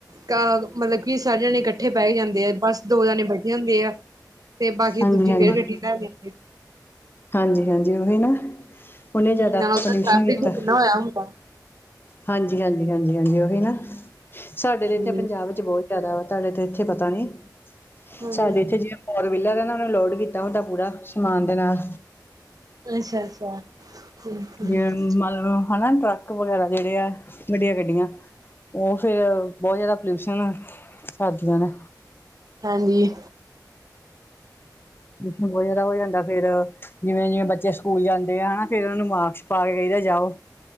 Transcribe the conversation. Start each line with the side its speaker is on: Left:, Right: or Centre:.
Right: ਕਾ। ਮਤਲਬ ਕਿ ਸਾਰੇ ਜਣੇ ਇਕੱਠੇ ਬਹਿ ਜਾਂਦੇ ਆ ਬਸ ਦੋ ਜਾਣੇ ਬੈਠੇ ਹੁੰਦੇ ਆ। ਤੇ ਬਾਕੀ
Left: ਹਾਂਜੀ
Right: ਦੂਜੀ
Left: ਹਾਂਜੀ
Right: ਫੇਰ ਗੱਡੀ ਲੈ ਜਾਂਦੇ।
Left: ਹਾਂਜੀ, ਹਾਂਜੀ ਉਹੀ ਨਾ ਉਹਨੇ
Right: ਹਮ
Left: ਜ਼ਿਆਦਾ
Right: ਨਾਲ ਉਹਦਾ
Left: ਪੋਲਿਊਸ਼ਨ
Right: ਟ੍ਰੈਫਿਕ
Left: ਕੀਤਾ।
Right: ਵੀ ਕਿੰਨਾ ਹੋਇਆ ਹੁੰਦਾ
Left: ਹਾਂਜੀ, ਹਾਂਜੀ, ਹਾਂਜੀ, ਹਾਂਜੀ ਉਹੀ ਨਾ ਸਾਡੇ ਤੇ
Right: ਹਮ
Left: ਇੱਥੇ ਪੰਜਾਬ ਵਿੱਚ ਬਹੁਤ ਜ਼ਿਆਦਾ ਵਾ ਤੁਹਾਡੇ ਤੇ ਇੱਥੇ ਪਤਾ ਨੀ
Right: ਹਾਂਜੀ
Left: ਸਾਡੇ ਇੱਥੇ ਜਿਹਾ ਫੋਰਵੀਲਰ ਇਹਨਾਂ ਨੇ ਲੋਡ ਕੀਤਾ ਹੁੰਦਾ ਪੂਰਾ ਸਮਾਨ ਦੇ ਨਾਲ
Right: ਅੱਛਾ -ਅੱਛਾ। ਠੀਕ ਠੀਕ
Left: ਜ ਮਤਲਬ ਹੈ ਨਾ ਟਰੱਕ ਵਗੈਰਾ ਜਿਹੜੇ ਆ ਵੱਡੀਆਂ ਗੱਡੀਆਂ। ਉਹ ਫਿਰ ਬਹੁਤ ਜ਼ਿਆਦਾ ਪੋਲਿਊਸ਼ਨ ਕਰਦੀਆਂ ਨੇ।
Right: ਹਾਂਜੀ
Left: ਪਲਿਊਸ਼ਨ ਬਹੁਤ ਜ਼ਿਆਦਾ ਹੋ ਜਾਂਦਾ ਫੇਰ ਜਿਵੇਂ, ਜਿਵੇਂ ਬੱਚੇ ਸਕੂਲ ਜਾਂਦੇ ਆ ਹੈ ਨਾ ਫ਼ੇਰ ਉਹਨਾਂ ਨੂੰ ਮਾਰਕਸ ਪਾ ਕੇ ਕਹੀਦਾ ਜਾਓ।